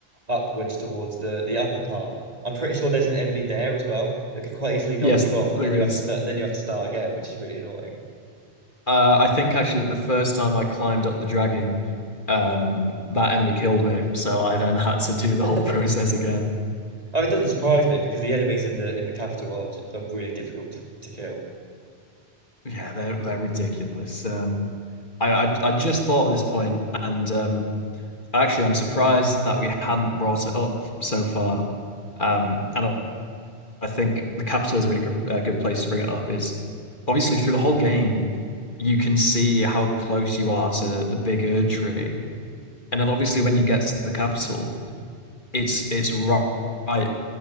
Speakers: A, on the right; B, on the left.
A: upwards towards the the upper part. I'm pretty sure there's an enemy there as well that could quite easily knock
B: Yes,
A: you off,
B: there
A: and then you
B: is.
A: have to start. And then you have to start again, which is really annoying.
B: Uh, I think actually the first time I climbed up the dragon, um, that enemy killed me, so I then <laughs> had to do the
A: <laughs>
B: whole process again.
A: Oh, it doesn't surprise me because the enemies in the in the capital are, j- are really difficult to, to kill.
B: Yeah, they're they're ridiculous. Um, I, I I just thought at this point, and um, actually I'm surprised that we hadn't brought it up so far. Um, and I, I think the capital is a really good uh, good place to bring it up. Is obviously through the whole game, you can see how close you are to the, big Erd tree, and then obviously when you get to the capital. it's it's right, right